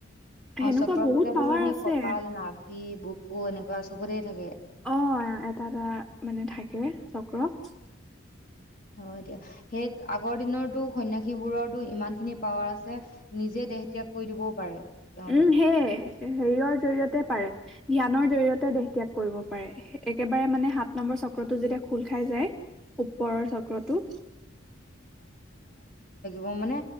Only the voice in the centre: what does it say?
সেনেকুৱা
বহুত পাৱাৰ
আছে
অ এটা এটা মানে থাকে চক্ৰ <unintelligible>
উম সেয় হেৰিৰ জৰিয়তে পাৰে টিয়াগ ন জৰিয়তে দেহ ত্যাগ কৰিব পাৰে একেবাৰে মানে সাত নম্বৰ চক্ৰতটো যেতিয়া খোল খাই যায় ওপৰৰ চক্ৰটো